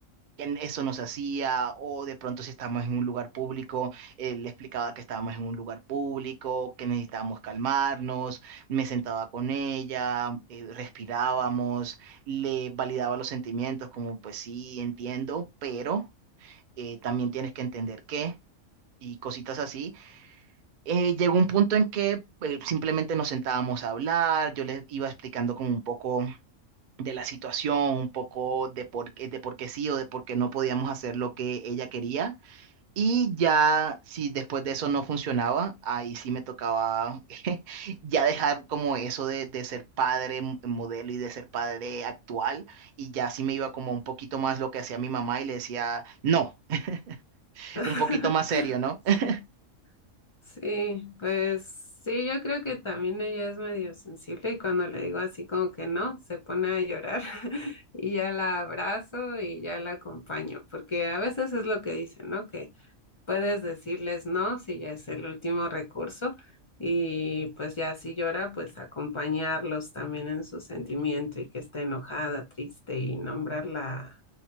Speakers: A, on the right; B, on the left.
A: que eso no se hacía, o de pronto si estábamos en un lugar público, eh, le explicaba que estábamos en un lugar público, que necesitábamos calmarnos me sentaba con ella, eh, respirábamos, le validaba los sentimientos, como pues sí, entiendo, pero eh, también tienes que entender qué y cositas así. Eh, llegó un punto en que eh, simplemente nos sentábamos a hablar, yo les iba explicando como un poco de la situación, un poco de por, qué- de por qué sí o de por qué no podíamos hacer lo que ella quería. Y ya, si después de eso no funcionaba, ahí sí me tocaba <laughs> ya dejar como eso de, de ser padre m- modelo y de ser padre actual. Y ya sí me iba como un poquito más lo que hacía mi mamá y le decía, no, <laughs>
B: <laughs>
A: un poquito más serio, ¿no?
B: Sí,
A: <laughs>
B: sí, pues sí, yo creo que también ella es medio sensible y cuando le digo así como que no, se pone a llorar <laughs> y ya la abrazo y ya la acompaño, porque a veces es lo que dicen, ¿no? Que Puedes decirles no si ya es el último recurso y pues ya si llora, pues acompañarlos también en su sentimiento y que está enojada, triste y nombrar la,